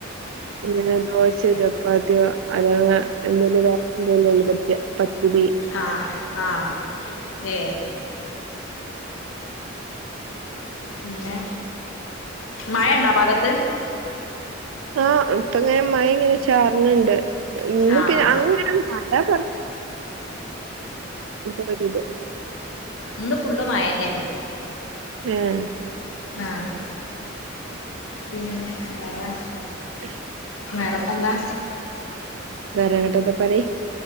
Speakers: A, on the right; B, on the left.
A: പിന്നെ ദോശ, ചപ്പാത്തിയോ അതാണ് എന്തേലും വേറെ എന്തേലും ഉള്ള പറ്റാ പത്തിരി
B: ആഹ് ആഹ് ഏ പിന്നെ മഴ ഉണ്ടോ ഭാഗത്ത്
A: ആഹ് ഇപ്പങ്ങനെ മഴ ഇങ്ങനെ ചാർ ണ് ണ്ട് ഇന്ന്
B: ആ
A: പിന്നെ
B: ആ
A: അങ്ങനെ അതാ <unintelligible>
B: ഇ ന്ന് ഫുള്ള് മായന്നെണ്
A: ഏഹ്
B: ആഹ് പിന്ന വേറെ
A: ശ
B: വേറെപ്പന്താ
A: വേറെങ്ങോട്ടന്ത പറി